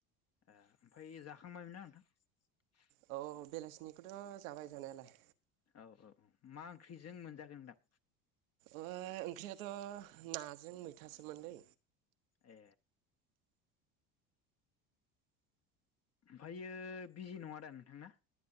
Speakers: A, on the left (about 40°); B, on the right (about 85°).
A: ओमफ्राय जाखांबायमोना नोंथां।
B: औ बेलासिनिखौथ जाबाय जानायालाय।
A: औ औ उम मा ओंख्रिजों मोनजाखो नोंथां?
B: ओ ओंख्रियाथ' नाजों मैथासोमोनलै।
A: ए ओमफायो बिजि नङा दा नोंथांना?